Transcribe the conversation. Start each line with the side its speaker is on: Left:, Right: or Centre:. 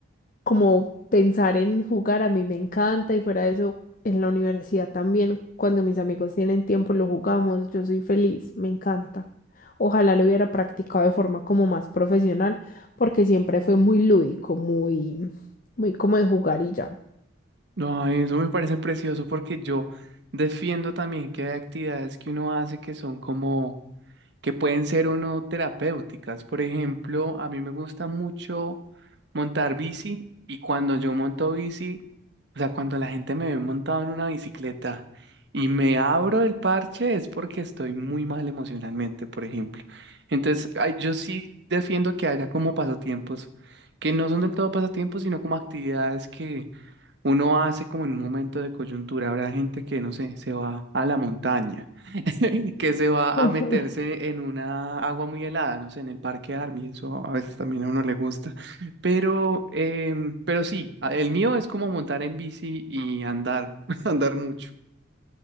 Left: como pensar en jugar a mí me encanta y fuera de eso, en la universidad también, cuando mis amigos tienen tiempo lo jugamos, yo soy feliz, me encanta. Ojalá lo hubiera practicado de forma como más profesional, porque siempre fue muy lúdico, muy, muy como de jugar y ya.
Right: no, eso me parece precioso porque yo defiendo también que hay actividades que uno hace que son como, que pueden ser o no terapéuticas. Por ejemplo, a mí me gusta mucho montar bici y cuando yo monto bici O sea, cuando la gente me ve montado en una bicicleta y me abro el parche es porque estoy muy mal emocionalmente, por ejemplo. Entonces, ay, yo sí defiendo que haya como pasatiempos, que no son del todo pasatiempos, sino como actividades que uno hace como en un momento de coyuntura, habrá gente que, no sé, se va a la montaña, <laughs> que se va
Left: <laughs>
Right: a meterse en una agua muy helada, no sé, en el Parque Army, eso a veces también a uno le gusta. Pero, em, pero sí, a- el mío es como montar en bici y andar, <laughs> andar mucho.